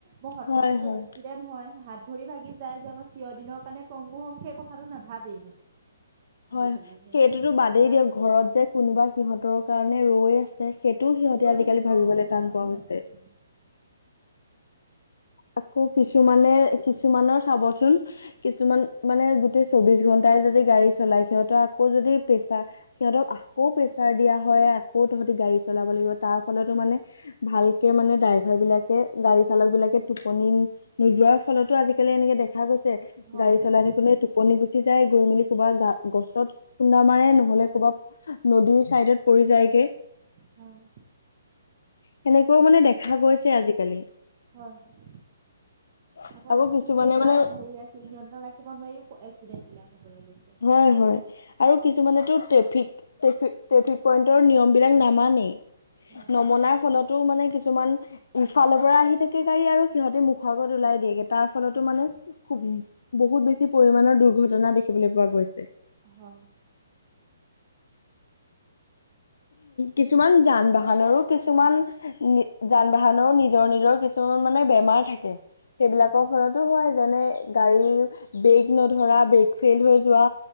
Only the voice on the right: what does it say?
মোৰ হঠাৎ
যদি
এক্সিডেন্ট হয় হাত ভৰি ভাগি যায় যে মই চিৰ দিনৰ কাৰণে পংগু হম সেই কথাটো নাভাবেই
আজিকালি
ল'ৰাবিলাক
ল'ৰাক
ৰৈ
থাকিব
অ, সেই
কথাটো
নাভাবে
হয়
হয়
হয়।
হয় হয়।
আকৌ স্পীড
ব্ৰেকাৰ
হেই নিয়ন্ত্ৰণ ৰাখিব নোৱাৰিও এক্সিডেন্ট বিলাক হবলৈ লৈছে।
হয়
হয়
হয়।
হয়